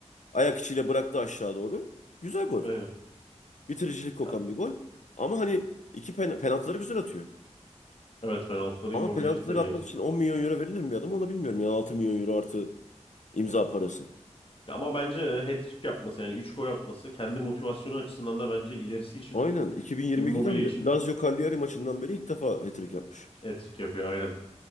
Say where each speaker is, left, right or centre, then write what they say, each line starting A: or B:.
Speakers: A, on the left; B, on the left.
A: Ayak içiyle bıraktı aşağı doğru. Güzel gol.
B: Aynen.
A: Bitiricilik kokan
B: Ya,
A: bir gol. Ama hani iki pen penaltıları güzel atıyor.
B: evet penaltıları
A: Ama
B: Immobile
A: penaltıları
B: cidden iyi
A: atmak
B: atıyor.
A: için 10 milyon euro verilir mi bir adam onu bilmiyorum. Yani 6 milyon euro artı imza parası.
B: Ya ama bence e, hat-trick yapması yani 3 gol atması kendi motivasyonu açısından da bence ilerisi için
A: Aynen. 2022'den
B: Immobile için
A: beri Lazio Cagliari maçından beri ilk defa hat-trick yapmış.
B: hat-trick yapıyor aynen.